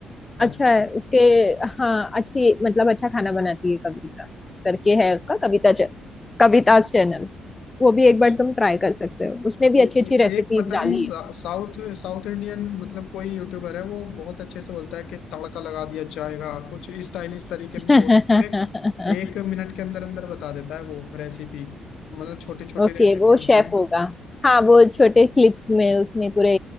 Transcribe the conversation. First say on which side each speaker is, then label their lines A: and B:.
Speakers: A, on the left; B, on the left.
A: अच्छा
B: अच्छा
A: है उसके हाँ अच्छी मतलब अच्छा खाना बनाती है कविता करके है उसका कविता च, कविता चैनल वो भी एक
B: अच्छा।
A: बार तुम ट्राई कर सकते हो उसने भी
B: ए,
A: अच्छी
B: ए,
A: अच्छी रेसिपीज
B: एक पता
A: डाली
B: नहीं सा- साउथ साउथ इंडियन मतलब कोई यूट्यूबर है वो बहुत अच्छे से बोलता है कि तड़का लगा दिया जाएगा कुछ स्टाइलिश तरीके में
A: है
B: बोल के एक
A: <laughs>
B: मिनट के अंदर अंदर बता देता है वो रेसिपी मतलब छोटी छोटी
A: ओके
B: रेसिपी
A: वो
B: होती
A: शेफ
B: है
A: होगा हाँ वो छोटे क्लिप्स में उसने पूरे